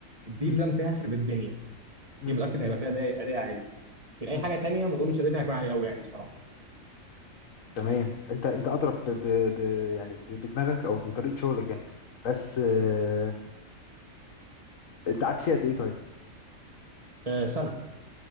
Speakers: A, on the right (about 25°); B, on the left (about 70°).
A: دي
B: مم،
A: اللي انا فيها هخرب الدنيا
B: مم،
A: دي متاكد
B: مم،
A: هيبقى فيها اداء أداء عالي لكن
B: مم.
A: اي حاجه تانيه ما اظنش ادائي هيكون عالي قوي يعني بصراحه
B: تمام انت انت اضرب ب... ب... ب... يعني ب... بدماغك او بطريقه شغلك يعني بس آه، انت قعدت فيها قد ايه طيب
A: آه سنه